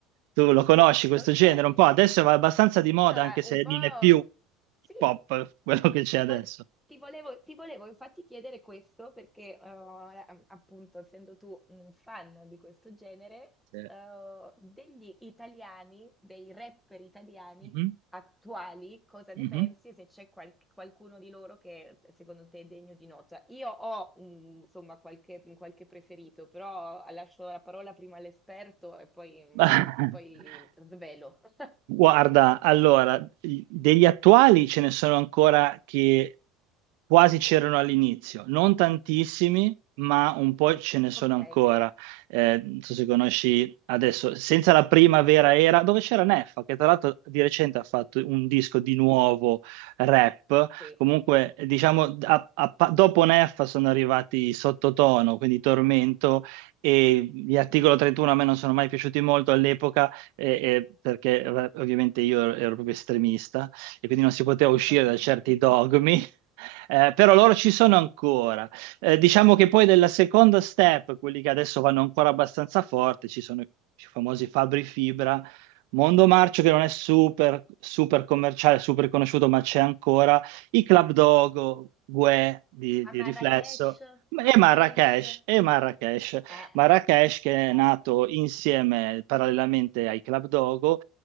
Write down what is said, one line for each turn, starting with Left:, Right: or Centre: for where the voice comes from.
Right: Tu lo conosci questo
Centre: Okay.
Right: genere un po'? Adesso va abbastanza di moda
Centre: Allora
Right: anche se
Centre: un po'
Right: non è più hip
Centre: sì,
Right: hop quello che c'è
Centre: ti
Right: adesso.
Centre: vo ti volevo ti volevo infatti chiedere questo perché, uhm, ehm, appunto essendo tu un fan di questo genere,
Right: Sì.
Centre: uhm, degli italiani, dei rapper italiani
Right: Mhm,
Centre: attuali, cosa
Right: mhm.
Centre: ne pensi e se c'è qual- qualcuno di loro che se- secondo te è degno di nota. Io ho mm, insomma qualche, qualche preferito, però lascio la parola prima all'esperto e poi, mm,
Right: Ma-
Centre: e poi
Right: <laughs>
Centre: svelo. <laughs>
Right: Guarda, allora, degli attuali ce ne sono ancora che Quasi c'erano all'inizio, non tantissimi, ma un po' ce ne sono
Centre: Ok,
Right: ancora. Eh, non so se conosci adesso, senza la primavera era, dove c'era Neffa, che tra l'altro di recente ha fatto un disco di nuovo rap.
Centre: sì.
Right: Comunque, diciamo, a- a- dopo Neffa sono arrivati Sottotono, quindi Tormento, e gli Articolo 31 a me non sono mai piaciuti molto all'epoca, eh, eh, perché eh, ovviamente io ero proprio estremista, e quindi non si poteva uscire
Centre: Ok.
Right: da
Centre: <laughs>
Right: certi dogmi eh, però loro ci sono ancora. Eh, diciamo che poi della seconda step, quelli che adesso vanno ancora abbastanza forte, ci sono i famosi Fabri Fibra, Mondo Marcio che non è super, super commerciale, super conosciuto, ma c'è ancora, i Club Dogo, Guè di, di
Centre: A Marrakesh,
Right: riflesso. E
Centre: Marrakesh.
Right: Marrakesh, e Marrakesh,
Centre: Eh,
Right: Marrakesh che
Centre: eh,
Right: è nato insieme parallelamente ai Club Dogo